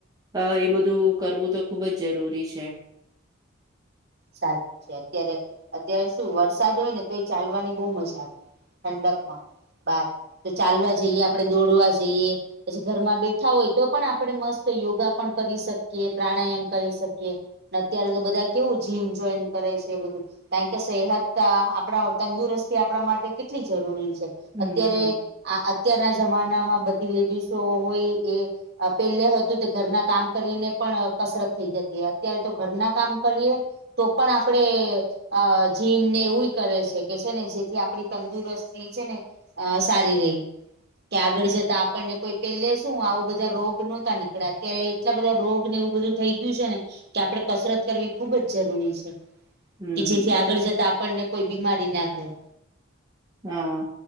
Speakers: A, on the right (about 20°); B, on the right (about 55°).
A: અ એ બધું કરવું તો ખુબ જ જરૂરી છે.
B: સાચ છે અત્યારે અત્યારે શું વરસાદ હોય ને તો એ ચાલવાની બહુ મજા આવે ઠંડકમાં બાર તો ચાલવા જઈએ આપણે દોડવા જઈએ પછી ઘરમાં બેઠા હોય તો પણ આપણે મસ્ત યોગા પણ કરી શકીએ પ્રાણાયામ કરી શકીએ. ને અત્યારે તો બધા કેવું જીમ જોઈન કરે છે બધું કારણ કે સેહત આપણા તંદુરસ્તી આપણા માટે કેટલી જરૂરી છે.
A: હમ,
B: અત્યારે આ અત્યારના જમાનામાં બધી લેડીસો હોય એ પેલે હતું તો ઘરના કામ કરીને પણ કસરત થઈ જતી અત્યારે તો ઘરના કામ કરીએે તો પણ આપડે અ જીમ ને એવું કરે છે કે છે ને જેથી આપડી તંદુરસ્તી છે ને અ સારી રહી કે આગળ જતા આપણને કોઈ પેલે શું આવું બધા રોગ નહોતા નીકળ્યા ત્યારે એટલા બધા રોગ ને એવું બધું થઈ ગયું છે ને કે આપડે કસરત કરવી ખુબ જ જરૂરી છે
A: હમ.
B: કે જેથી આગળ
A: એ તો
B: જતા આપણને કોઈ બીમારી ના થાય.
A: હા.